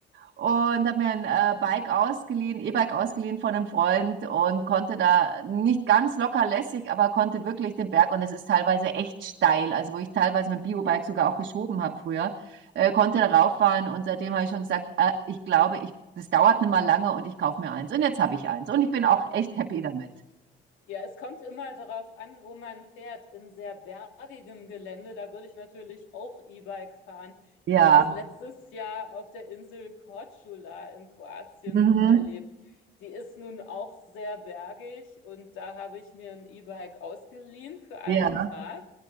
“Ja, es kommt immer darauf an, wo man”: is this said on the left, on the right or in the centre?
Left